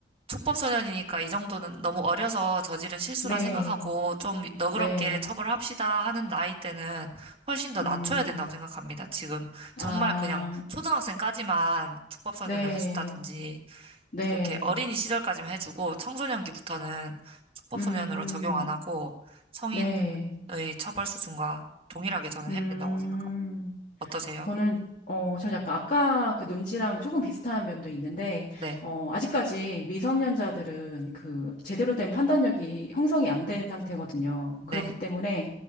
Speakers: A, on the right; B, on the left.
A: 촉법소년이니까 이 정도는 너무 어려서 저지른 실수라
B: 네.
A: 생각하고 좀 너그럽게
B: 네.
A: 처벌합시다 하는 나이 때는 훨씬 더
B: 음,
A: 낮춰야 된다고 생각합니다. 지금
B: 아,
A: 정말 그냥 초등학생까지만 촉법소년을
B: 네.
A: 해준다든지
B: 네.
A: 그렇게 어린이 시절까지만 해주고 청소년기부터는 촉법소년으로
B: 음,
A: 적용 안 하고 성인의
B: 네.
A: 처벌 수준과 동일하게 저는
B: 음.
A: 해야 된다고 생각합니다. 어떠세요?
B: 저는 어, 저는 약간 아까 그 논지랑 조금 비슷한 면도 있는데,
A: 네,
B: 어, 아직까지 미성년자들은 그 제대로 된 판단력이 형성이 안 된 상태거든요.
A: 네.
B: 그렇기 때문에,